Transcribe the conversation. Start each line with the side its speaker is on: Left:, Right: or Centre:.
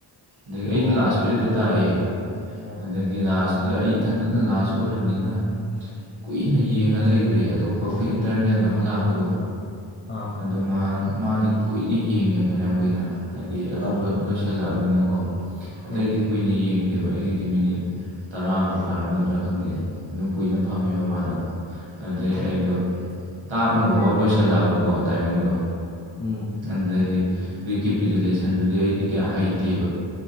Right: ꯑꯗꯒꯤ
Left: ꯑꯣ
Right: ꯑꯩꯁꯨ ꯂꯥꯁ ꯄꯤꯔꯠꯇ ꯇꯥꯛꯑꯦ ꯑꯗꯒꯤ
Left: ꯑꯥ
Right: ꯑꯗꯒꯤ ꯂꯥꯁꯇ ꯑꯩ ꯏꯊꯟꯗꯅ ꯂꯥꯁ ꯑꯣꯏꯔꯕꯅꯤꯅ ꯀꯨꯏꯅ ꯌꯦꯡꯉ ꯂꯩꯈ꯭ꯔꯦ ꯑꯇꯣꯞꯄ ꯑꯩꯈꯣꯏ ꯏꯟꯇꯔꯅꯦꯜ ꯑꯃ ꯂꯥꯛꯄꯗꯣ
Left: ꯑꯥ
Right: ꯑꯗꯣ ꯃꯥ ꯃꯥꯗꯤ ꯀꯨꯏꯅ ꯌꯦꯡꯉꯦ ꯐꯅꯌꯥꯝ ꯀꯨꯏꯅ ꯍꯥꯏꯗꯤ
Left: ꯑꯥ
Right: ꯑꯇꯣꯞꯄ ꯂꯣꯏꯁꯤꯜꯂꯛꯑꯕꯅꯤꯅꯀꯣ ꯑꯇꯩꯗꯤ
Left: ꯑꯣ
Right: ꯀꯨꯏꯅ ꯌꯦꯡꯗꯦꯕ ꯑꯩꯒꯤꯗꯤ ꯃꯤꯅꯤꯠ ꯇꯔꯥꯕꯨ ꯐꯥꯔꯝꯒꯗ꯭ꯔꯥ ꯈꯪꯗꯦꯅꯤ ꯑꯗꯨꯝ ꯀꯨꯏꯅ ꯐꯝꯃꯦꯕ ꯃꯥꯗꯣ ꯑꯗꯨꯗꯩ ꯑꯩꯗꯣ ꯇꯥꯛꯅꯕ ꯐꯥꯎ ꯂꯣꯏꯁꯤꯜꯂꯛꯑꯕꯀꯣ ꯇꯥꯏꯃꯤꯡꯗꯣ
Left: ꯎꯝ
Right: ꯑꯗꯨꯗꯩꯗꯤ ꯔꯤꯀꯦꯄꯤꯗꯨꯂꯦꯁꯟꯗꯨꯗꯤ ꯑꯩꯗꯤ ꯀꯌꯥ ꯍꯩꯇꯦꯕ